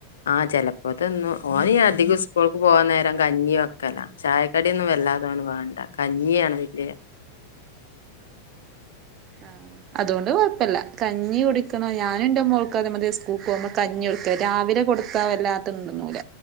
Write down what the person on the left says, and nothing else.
ആ ചിലപ്പോതുന്നു ഓനി അധികം സ്കൂൾക്ക് പോകൻ നേരം കഞ്ഞി വെക്കല ചായക്കടിയൊന്നും
വല്ലാതോന് വാണ്ടാ കഞ്ഞിയാണ് വല്ല്യ